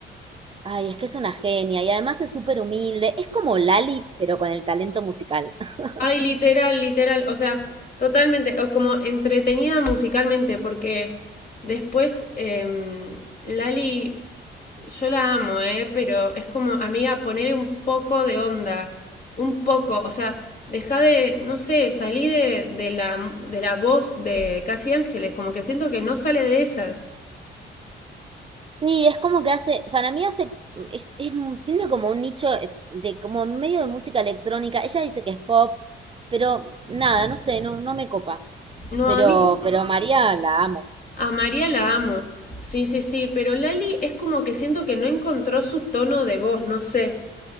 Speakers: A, on the right; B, on the left.
A: Ay, es que es una genia y además es súper humilde. Es como Lali, pero con el talento musical. <laughs>
B: Ay, literal, literal. O sea, totalmente. O como entretenida musicalmente, porque después eh, Lali Yo la amo, ¿eh? Pero es como, amiga, poner un poco de onda. Un poco. O sea, deja de, no sé, salí de, de la, de la voz de Casi Ángeles. Como que siento que no sale de esas.
A: Sí, es como que hace, para mí hace, es, es un- tiene como un nicho eh, de como medio de música electrónica. Ella dice que es pop, pero nada, no sé, no, no me copa.
B: No,
A: Pero,
B: a mí,
A: pero María la amo.
B: a María la amo. Sí, sí, sí. Pero Lali es como que siento que no encontró su tono de voz, no sé.